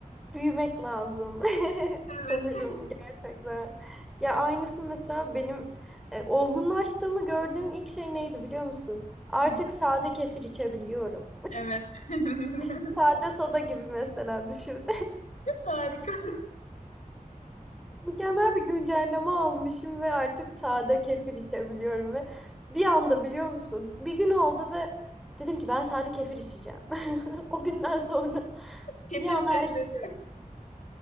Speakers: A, in the centre; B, on the left.
A: büyümek lazım <laughs>
B: Evet.
A: sanırım gerçekten. Ya aynısı mesela benim e, olgunlaştığımı gördüğüm ilk şey neydi biliyor musun? Artık
B: <laughs> Hı,
A: sade kefir içebiliyorum.
B: Evet. <laughs>
A: Sade soda gibi mesela düşün.
B: Harika.
A: Mükemmel bir güncelleme almışım ve artık sade kefir içebiliyorum ve bir anda biliyor musun? Bir gün oldu ve dedim ki ben sade kefir içeceğim. <laughs> O günden sonra
B: <laughs> Getir
A: bir anda
B: perileri.
A: her şey değişti.